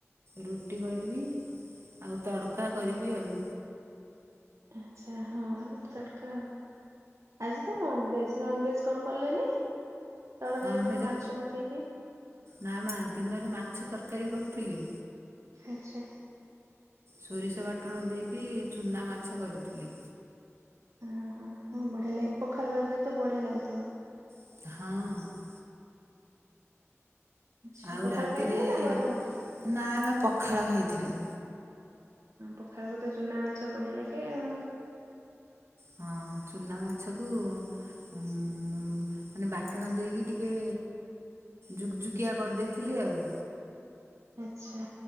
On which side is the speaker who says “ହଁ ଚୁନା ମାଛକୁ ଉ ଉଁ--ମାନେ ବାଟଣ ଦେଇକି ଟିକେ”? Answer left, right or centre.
Right